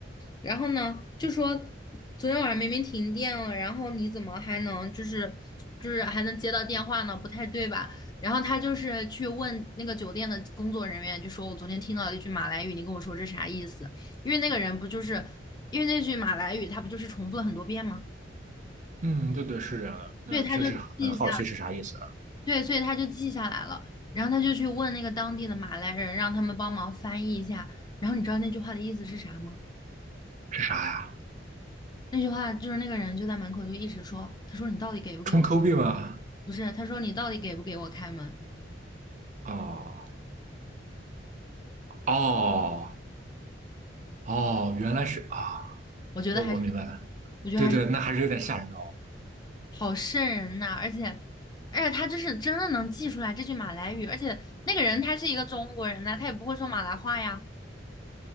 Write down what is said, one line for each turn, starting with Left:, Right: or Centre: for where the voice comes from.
Left: 然后呢，就说昨天晚上明明停电了，然后你怎么还能就是就是还能接到电话呢？不太对吧？然后他就是去问那个酒店的工作人员，就说我昨天听到了一句马来语，你跟我说这啥意思？因为那个人不就是因为那句马来语，他不就是重复了很多遍吗？
Right: 嗯，对对，是这样的。那确实很好奇是啥意思啊
Left: 对，他就记一下。对，所以他就记下来了，然后他就去问那个当地的马来人，让他们帮忙翻译一下。然后你知道那句话的意思是啥吗？
Right: 是啥呀？
Left: 那句话就是那个人就在门口就一直说，他说你到底给不给我？
Right: 充 Q 币吗？
Left: 不是，他说你到底给不给我开门？
Right: 哦哦哦，原来是啊，
Left: 我觉得还是，
Right: 我我明白了。
Left: 我觉得还是
Right: 对对，那还是有点吓人的哦。
Left: 好瘆人呐、而且，而且他这是真的能记出来这句马来语，而且那个人他是一个中国人呐、他也不会说马来话呀。